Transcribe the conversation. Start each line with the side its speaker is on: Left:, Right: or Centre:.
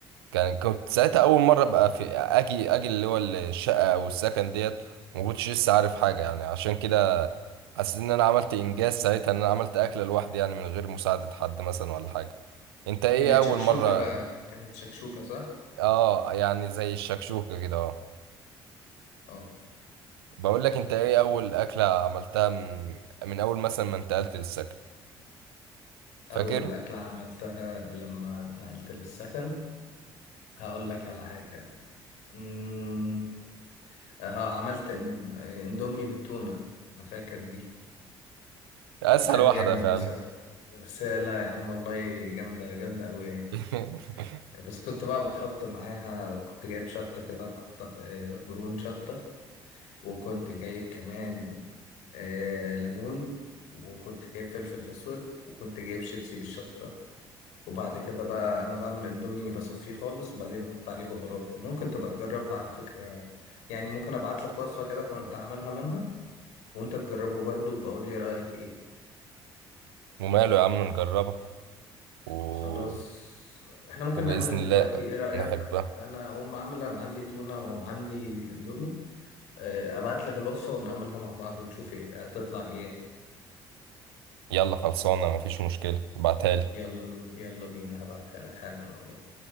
Right: كان كنت ساعتها اول مره بقى في اجي اجي اللي هو الشقه او السكن ديت ما كنتش لسه عارف حاجه يعني عشان كده حسيت ان انا عملت انجاز ساعتها ان انا عملت اكله لوحدي يعني من غير مساعده حد مثلا ولا حاجه انت ايه
Left: كانت
Right: اول
Left: شكشوكة
Right: مره
Left: بقى كانت شكشوكة صح؟
Right: اه يعني زي الشكشوكه كده اه
Left: اه
Right: بقول لك انت ايه اول اكله عملتها من, من اول مثلا ما انتقلت للسكن فاكر
Left: أول أكلة عملتها لما اتنقلت للسكن هقول لك على حاجة أمم، اه عملت إن- اندومي بالتونة أنا فاكر دي
Right: اسهل
Left: وكان
Right: واحده
Left: جامد
Right: فعلا
Left: بصراحة بس لا يا عم والله جامدة جامدة أوي يعني
Right: <laughs>
Left: بس كنت بقى بحط معاها كنت جايب شطة كده مقطع آه، قرون شطة وكنت جايب كمان آه، ليمون وكنت جايب فلفل أسود وكنت جايب شيبسي بالشطة وبعد كده بقى انا بعمل اندومي بصفيه خالص وبعدين احط عليه بهارات وممكن تبقى تجربها على فكرة يعني ممكن ابعت لك وصفة كده كنت عاملها منها وانت تجربه برضه وبقول لي رأيك ايه
Right: وماله يا عم نجربها و...
Left: خلاص احنا ممكن
Right: وبإذن
Left: نعملها دلوقتي
Right: الله
Left: ايه رأيك
Right: نحبها
Left: انا اقوم اعمل انا عندي تونة وعندي اندومي آه، ابعت لك الوصفة ونعملها مع بعض ونشوف ايه هتطلع ايه
Right: يلا خلصانة مفيش مشكلة ابعتها لي
Left: يلا يلا بينا هبعتها لك حالا أهو، يلا